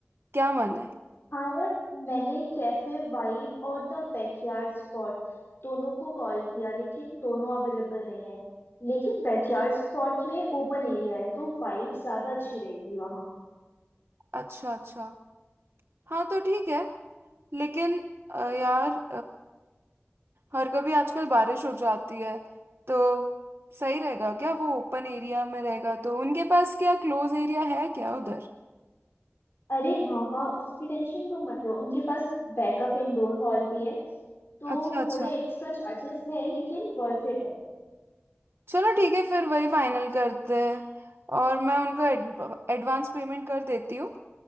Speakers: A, on the right; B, on the left.
A: क्या मन है
B: हाँ यार मैंने कैफे वाइब और द बैकयार्ड स्पॉट दोनों को कॉल किया लेकिन दोनों अवेलेबल नहीं है लेकिन बैकयार्ड स्पॉट में ओपन एरिया है तो वाइब ज्यादा अच्छी रहेगी वहाँ
A: अच्छा अच्छा हाँ तो ठीक है लेकिन अ, यार और कभी आजकल बारिश हो जाती है तो सही रहेगा क्या वो ओपन एरिया में रहेगा तो उनके पास क्या क्लोज एरिया है क्या उधर
B: अरे हाँ हाँ उसकी टेंशन तो मत लो उनके पास बैकअप इंडोर हॉल भी है तो
A: अच्छा अच्छा
B: थोड़े एक्स्ट्रा चार्जेस है लेकिन वर्थ इट है
A: चलो ठीक है फिर वही फाइनल करते हैं और मैं उनको एडवांस पेमेंट कर देती हूँ